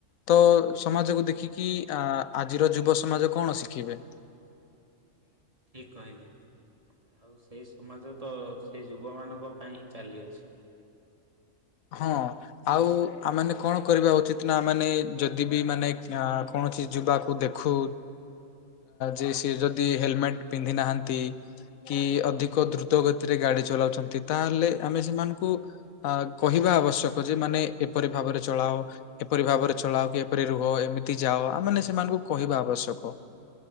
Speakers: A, on the left; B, on the right.
A: ତ ସମାଜକୁ ଦେଖିକି ଆ ଆଜିର ଯୁବ ସମାଜ କଣ ଶିଖିବେ।
B: ଠିକ କହିଲେ ଆଉ ସେଇ ସମାଜ ତ ସେଇ ଯୁବମାନଙ୍କ ପାଇଁ ହିଁ ଚାଲିଅଛି।
A: ହଁ। ଆଉ ଆମମାନେ କଣ କରିବା ଉଚିତ ନା ଆମମାନେ ଯଦି ବି ମାନେ କୌଣସି ଯୁବାକୁ ଦେ ଖୁ ଯେ ସିଏ ଯଦି ହେଲ୍ମେଟ୍ ପିନ୍ଧି ନାହାନ୍ତି। କି ଅଧିକ ଦ୍ରୁତ ଗତିରେ ଗାଡି ଚଲାଉଛନ୍ତି ତାହେଲେ ଆମେ ସେମାନଙ୍କୁ ଅ କହିବା ଆବଶ୍ୟକ ଯେ ମାନେ ଏପରି ଭାବରେ ଚଳାଅ ଏପରି ଭାବରେ ଚଳାଅ କି ଏପରି ରୁହ ଏମିତି ଯାଅ ଆମାନେ ସେମାନଙ୍କୁ କହିବା ଆବଶ୍ୟକ।